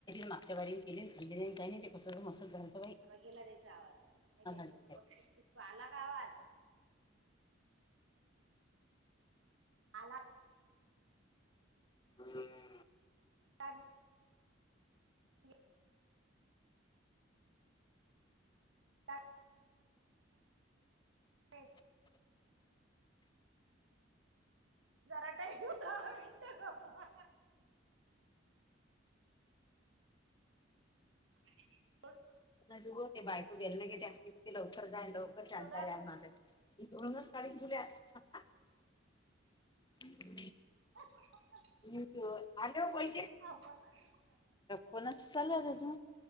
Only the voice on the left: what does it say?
मागच्या वारी केली खाल्ली काही नाही ते कस मसत झाले
झाली
हम्
<unintelligible>
ज बायको गेल नाही घेे हग कती लवकर जाई लवकर जातायाल
माझं दोनच काढुन ठुवल्यात हम् <unintelligible>
ट्यूब आले ओ पैसे-
फोनच चालू आहेता अजून